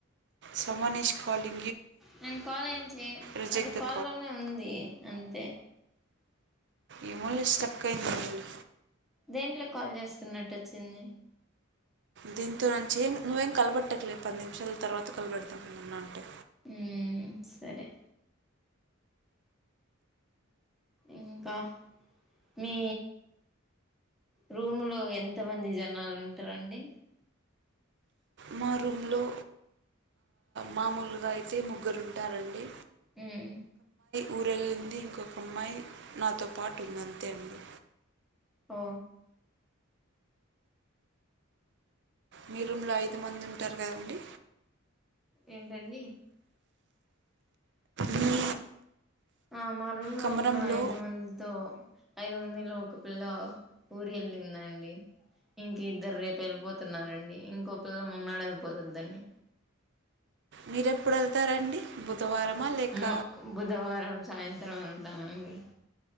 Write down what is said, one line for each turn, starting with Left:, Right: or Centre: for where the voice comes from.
Right: someone is call you
Centre: నేను కాల్ ఏం చెయ్
Right: రిజెక్ట్
Centre: అది
Right: ద
Centre: కాల్ లోనే ఉంది అంతే
Right: ఏమోలే స్ట్రక్ అయింది అనుకుంట
Centre: దేంట్లో కాల్ చేస్తున్నట్టు వచ్చింది
Right: దీంతో నుంచి నువ్వేం కలబట్టట్లేదు పది నిమిషాల తర్వాత కలబడతాన అంటే
Centre: హ్మ్ సరే ఇంకా మీ రూమ్ లో ఎంత మంది జనాలు ఉంటారండి
Right: మా రూంలో మామూలుగా అయితే ముగ్గురు ఉంటారండి
Centre: ఊ మ్
Right: ఊరేలింది ఇంకొక అమ్మాయి నాతో పాటు ఉంది అంతే అండి
Centre: ఓ
Right: మీ రూమ్ లో ఐదు మంది ఉంటారు కదండి
Centre: ఏంటండి
Right: మీ
Centre: ఆ మా రూమ్ లో
Right: కమరంలో
Centre: ఉన్న ఐదు మందితో ఐదు ముంది లొ ఒక పిల్ల ఊరి కెళ్ళిందండి ఇంక ఇద్దరు రేపు వెళ్ళిపోతున్నారండి ఇంకో పిల్ల మోన్నాడు వెళ్ళిపోతదండి
Right: మీరేప్పుడు వెళ్తారండి బుధవారమా లేక
Centre: మ బుధవారం సాయంత్రం వెళ్తామండి